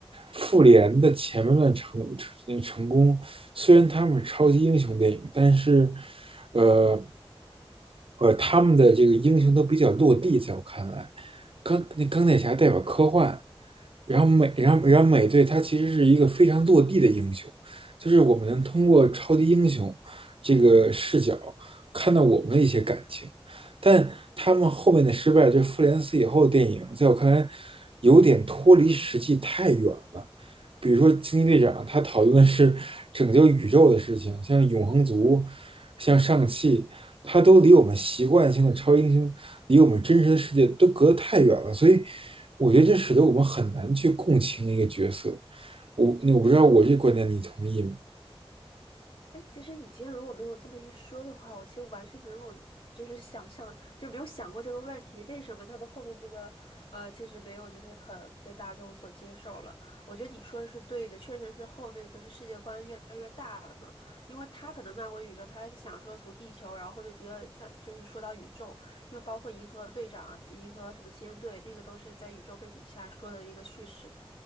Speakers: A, on the right; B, on the left.
A: 复联的前半段成成成功，虽然他们是超级英雄电影，但是，呃，呃，他们的这个英雄都比较落地，在我看来，钢那钢铁侠代表科幻，然后美然后然后美队他其实是一个非常落地的英雄，就是我们能通过超级英雄这个视角看到我们的一些感情。但他们后面的失败，就复联四以后的电影，在我看来有点脱离实际太远了。比如说惊奇队长，他讨论的是拯救宇宙的事情，像永恒族、像上汽，他都离我们习惯性的超英雄，离我们真实的世界都隔得太远了。所以我觉得这使得我们很难去共情一个角色。我我不知道我这观点你同意吗？
B: 哎，其实你今天如果没有这么一说的话，我其实完全没有理，就是想象，就没有想过这个问题，为什么他们后面这个，呃，其实没有就是可被大众所接受了。我觉得你说的是对的，确实是后面就是世界观越来越大了嘛，因为他可能漫威宇宙，他还想说从地球，然后后面逐渐在就是说到宇宙，又包括银河队长、银河什么奇恩队，那个都是在宇宙背景下说的一个叙事。